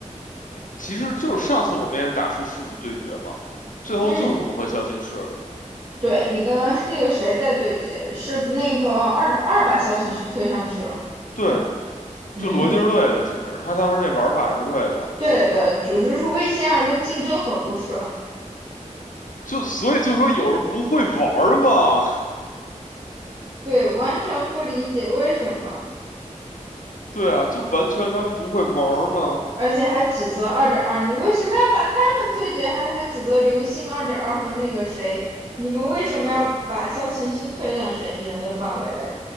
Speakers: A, on the left; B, on the right.
A: 其实就是上次我们也是打出父子对决嘛，最后就是我和肖金士，
B: 嗯。对你跟那个谁在对接，是那个二点二把小程序推上去了。
A: 对，
B: 嗯，
A: 就逻辑是对的，其实他当时那玩法是对的，
B: 对的，只是说魏仙儿跟竞争很不爽，
A: 就所以就说有人不会玩儿嘛，
B: 对，完全不理解为什么，
A: <laughs> 对啊，就完全他们不会玩儿嘛，
B: 而且还指责二点二，你为什么要把他们对接，还还指责刘星二点二和那个谁，你们为什么要把萧琴师推上嫌疑人的范围内？
A: 是，